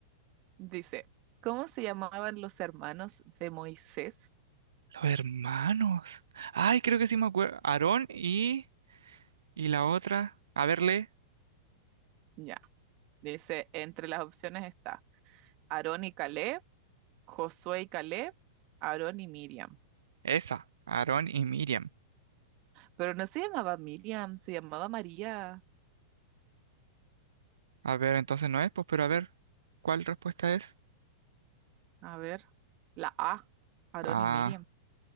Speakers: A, on the right (about 40°); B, on the right (about 75°).
A: Dice, ¿cómo se llamaban los hermanos de Moisés?
B: Los hermanos. Ay, creo que sí me acuerdo. Aarón y... y la otra. A verle.
A: Ya. Dice, entre las opciones está Aarón y Caleb, Josué y Caleb, Aarón y Miriam.
B: Esa. Aarón y Miriam.
A: Pero no se llamaba Miriam, se llamaba María.
B: A ver, entonces no es, pues, pero a ver, ¿cuál respuesta es?
A: A ver, la A, Aarón
B: Ah,
A: y Miriam.